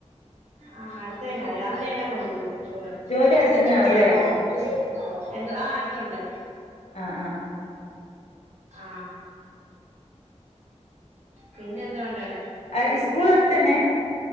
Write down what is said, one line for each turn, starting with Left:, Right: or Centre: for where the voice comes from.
Right: ആ അട്ത്തന്നെ രാവിലെ എല്ലാം കൊണ്ടോവും ചോറോ
Left: ജോലി
Right: വെശന്നിട്ടാണൊ
Left: അടുത്തന്നെ ആവൂല്ലേ
Right: വെശന്ന് എന്ത്‌ ആ അടുത്തുണ്ട്
Left: ആഹ്
Right: ആ പിന്നെ എന്തോണ്ടവ്ടെ
Left: അയ് ഇസ്കൂൾ എട്ത്തെന്നെ